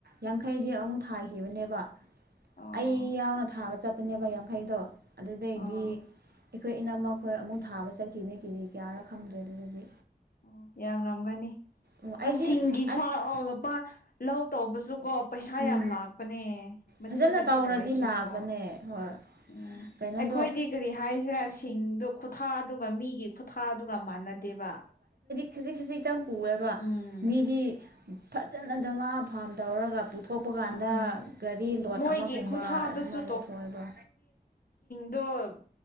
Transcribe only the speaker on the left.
ꯑꯣ
ꯑꯥ
ꯎ ꯌꯥꯝꯔꯝꯒꯅꯤ
ꯑꯁꯤꯡꯒꯤ
ꯃꯥꯟ ꯂꯧ ꯇꯧꯕꯁꯨ ꯄꯩꯁꯥ
ꯌꯥꯝ ꯂꯥꯛꯄꯅꯦ ꯃꯆꯤꯠ
ꯃꯆꯤꯠ
ꯑꯣꯏꯔꯁꯨꯀꯣ
ꯎꯝ
ꯑꯩꯈꯣꯏꯗꯤ ꯀꯔꯤ ꯍꯥꯏꯁꯤꯔꯥ ꯁꯤꯡꯗ ꯈꯨꯠꯊꯥꯗꯨ ꯃꯤꯒꯤ ꯈꯨꯊꯥꯗꯨꯒ ꯃꯥꯟꯅꯗꯦꯕ
ꯎꯝ
ꯑꯥ
ꯃꯣꯏꯒꯤ
ꯈꯨꯊꯥꯗꯨꯁꯨ
ꯗ